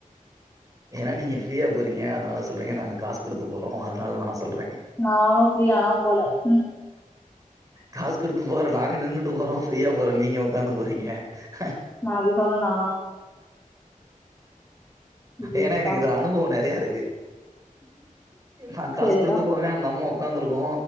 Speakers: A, on the right (about 25°); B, on the left (about 15°).
A: ஏன்னா நீங்க ஃப்ரீயா போறீங்க அதனால சொல்றீங்க நாங்க காசு கொடுத்து போறோ அதனால நா சொல்றே
B: நானு ஃப்ரீயா லா போல ம்
A: காசு கொடுத்து போற நாங்க நின்னுட்டு போறோ ஃப்ரீயா போற நீங்க உக்காந்து போறீங்க ஹ
B: நா அப்டி சொன்னனா ஐயோ
A: ஏன்னா
B: ப்பா
A: எனக்கு இதுல அனுபவோ நெறையா இருக்கு நா காசு
B: சரிதா
A: கொடுத்து போவே நம்ம உக்காந்துர்க்கோ